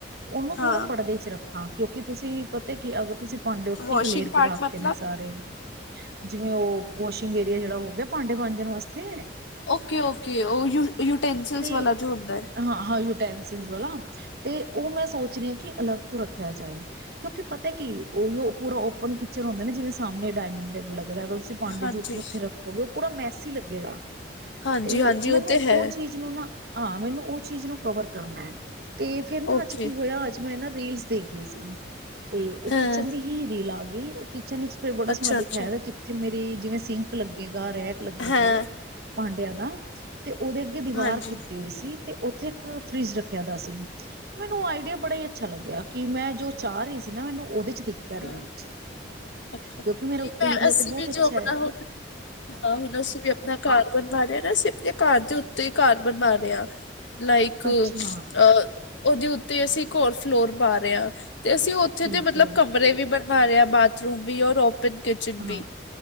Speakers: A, on the right; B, on the left.
A: ਉਹਨੂੰ ਥੋੜਾ
B: ਹਾਂ
A: ਪਰਦੇ 'ਚ ਰੱਖਾਂ ਕਿਉਂਕਿ ਤੁਸੀਂ ਪਤਾ ਕੀ ਅਗਰ ਤੁਸੀਂ ਭਾਂਡੇ ਉੱਥੇ
B: ਵਾਸ਼ਿੰਗ
A: ਹੀ ਖਲੇਰ
B: ਪਾਰਟ
A: ਕੇ ਰੱਖਤੇ
B: ਮਤਲਬ
A: ਨੇ ਸਾਰੇ। ਜਿਵੇਂ ਉਹ ਵੋਸ਼ਿੰਗ ਏਰੀਆ ਜਿਹੜਾ ਹੋ ਗਿਆ, ਭਾਂਡੇ ਵਾਂਜਣ ਵਾਸਤੇ
B: ਓਕੇ -ਓਕੇ ਉਹ ਯ ਯੂਟੈਂਸਿਲਸ
A: ਤੇ
B: ਵਾਲਾ ਜੋ ਹੁੰਦਾ ਐ।
A: ਹਾਂ ਹਾਂ ਯੂਟੈਂਸਿਲ ਵਾਲਾ ਤੇ ਉਹ ਮੈਂ ਸੋਚ ਰਹੀ ਹਾਂ ਕਿ ਅਲੱਗ ਤੋਂ ਰੱਖਿਆ ਜਾਏ। ਕਿਉਂਕਿ ਪਤਾ ਕੀ ਉਹੀਓ ਪੂਰਾ ਓਪਨ ਕਿਚਨ ਹੁੰਦਾ ਨਾ। ਜਿਵੇਂ ਸਾਹਮਣੇ ਡਾਇਨਿੰਗ ਟੇਬਲ ਲੱਗਦਾ। ਤੁਸੀਂ ਭਾਂਡੇ
B: ਹਾਂਜੀ
A: ਜੂਠੇ ਉੱਥੇ ਰੱਖੋਗੇ। ਉਹ ਪੂਰਾ ਮੈਸੀ ਲੱਗੇਗਾ
B: ਹਾਂਜੀ
A: ਤੇ
B: ਹਾਂਜੀ
A: ਮੈਨੂੰ
B: ਤੇ ਹੈ
A: ਉਹ ਚੀਜ਼ ਨੂੰ ਨਾ ਹਾਂ ਮੈਨੂੰ ਉਹ ਚੀਜ਼ ਨੂੰ ਕਵਰ ਕਰਨਾ ਐ। ਤੇ ਫਿਰ ਨਾ
B: ਓਕੇ
A: ਅੱਜ ਕੀ ਹੋਇਆ ਅੱਜ ਮੈਂ ਨਾ ਰੀਲਸ ਦੇਖ ਰਹੀ ਸੀ, ਤੇ ਉਹ
B: ਹਾਂ
A: ਕਿਚਨ ਦੀ ਹੀ ਰੀਲ ਆ ਗਈ, ਉਹ ਕਿਚਨ ਵਿੱਚ ਫੇਰ ਬੜਾ
B: ਅੱਛਾ
A: ਸੋਹਣਾ ਦਿਖਾਇਆ
B: ਅੱਛਾ
A: ਜਿੱਥੇ ਮੇਰੀ, ਜਿਵੇਂ ਸਿੰਕ ਲੱਗੇਗਾ, ਰੈਕ ਲੱਗੇਗਾ
B: ਹਾਂ
A: ਭਾਂਡਿਆ ਦਾ, ਤੇ ਉਹਦੇ ਅੱਗੇ ਦੀਵਾਰ
B: ਹਾਂਜੀ
A: ਕੀਤੀ ਹੋਈ ਸੀ। ਤੇ ਉੱਥੇ ਇੱਕ ਫਰਿਜ ਰੱਖਿਆ ਦਾ ਸੀ। ਤੇ ਮੈਨੂੰ ਉਹ ਆਈਡੀਆ ਬੜਾ ਹੀ ਅੱਛਾ ਲੱਗਿਆ, ਕਿ ਮੈਂ ਜੋ ਚਾਹ ਰਹੀ ਸੀ ਨਾ, ਮੈਨੂੰ ਉਹਦੇ 'ਚ ਦੇਖ ਕਿਰੀ
B: ਹਾਂ
A: ਵਿੱਚ
B: ਅੱਛਾ ਨਹੀਂ
A: ਕਿਉਂਕਿ ਮੇਰਾ ਉੱਤੇ
B: ਮੈਂ
A: ਏਰੀਆ
B: ਅਸੀਂ
A: ਤੇ ਬਹੁਤ
B: ਵੀ
A: ਅੱਛਾ
B: ਜੋ ਆਪਣਾ
A: ਹੈ
B: ਹੁਣ ਹਾਂ ਹੁਣ ਅਸੀਂ ਵੀ <unintelligible> ਘਰ ਬਣਵਾ ਰਿਹੇ ਨਾ ਸਿਰਫ ਘਰ ਦੇ ਉੱਤੇ ਹੀ ਘਰ ਬਣਵਾ ਲਿਆ। ਲਾਈਕ ਅ,
A: ਅੱਛਾ ਹਾਂ
B: ਉਹਦੇ ਉੱਤੇ ਅਸੀਂ ਇੱਕ ਹੋਰ ਫਲੋਰ ਪਾ ਰਹੇ ਹਾਂ ਤੇ ਅਸੀਂ ਉੱਥੇ
A: ਠੀਕ
B: ਤੇ ਮਤਲਬ
A: ਹੈ
B: ਕਮਰੇ ਵੀ ਬਣਵਾ ਰਿਹਾ, ਬਾਥਰੂਮ ਵੀ, ਔਰ ਓਪਨ ਕਿ ਚਨ ਵੀ,
A: ਹਾਂ